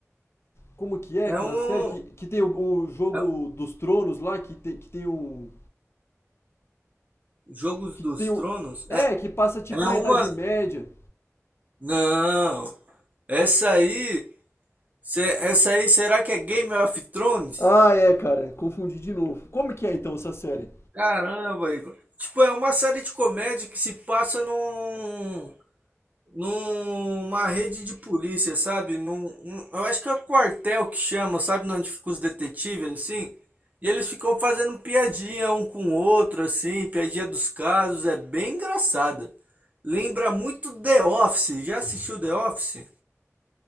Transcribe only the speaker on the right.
é
um.
é-
Jogos
dos
Tronos?
É,
é uma.
Não! Essa aí. se- Essa aí, será que é Game of Thrones?
Caramba, Igor. Tipo, é uma série de comédia que se passa num. numa rede de polícia, sabe? Num, num- eu acho que é quartel que chama, sabe? Onde ficam os detetives, assim. E eles ficam fazendo piadinha um com o outro, assim, piadinha dos casos, é bem engraçada. Lembra muito The Office. Já assistiu The Office?